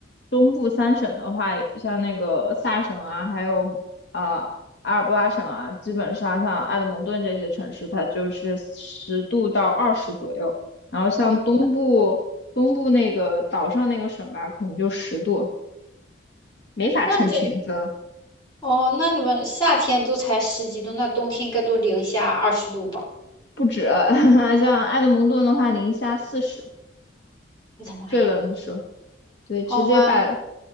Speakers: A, on the left; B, on the left.
A: 东部三省的话，有像那个萨省啊，还有啊、阿尔伯拉省啊，基本上像埃德蒙顿这些城市，它就是十度到二十左右。然后像东部东部那个岛上那个省吧，
B: 哇，那
A: 可能就十度，没法穿裙子，
B: 那这哦，那你们夏天都才十几度，那冬天应该都零下二十度吧？
A: 不止。<laughs> 像埃德蒙顿的话，零下四十，
B: 我的妈呀！
A: 最冷的时候，对，
B: 好吧，
A: 直接把，